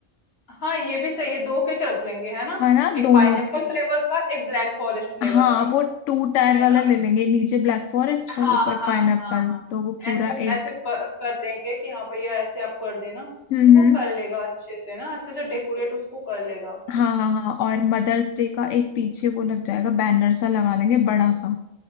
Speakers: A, on the left (about 45°); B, on the left (about 70°).
A: हाँ ये भी सही है दो केक रख लेंगे है ना
B: है ना
A: एक
B: दोनों
A: पाइनएप्पल
B: की
A: फ्लेवर का एक ब्लैक फॉरेस्ट फ्लेवर
B: हाँ
A: का
B: वो टू टायर
A: है
B: वाला
A: ना
B: ले लेंगे नीचे ब्लैक फॉरेस्ट
A: हाँ
B: और ऊपर
A: हाँ
B: पाइनएप्पल
A: हाँ हाँ
B: तो वो पूरा
A: ऐसे
B: एक
A: ऐसे कर, कर देंगे कि हाँ भैया ऐसे आप कर देना
B: हम्म
A: तो वो
B: हम्म
A: कर लेगा अच्छे से ना अच्छे से डेकोरेट उसको कर लेगा
B: हाँ हाँ हाँ और मदर्स डे का एक पीछे वो लग जाएगा बैनर सा लगा लेंगे बड़ा सा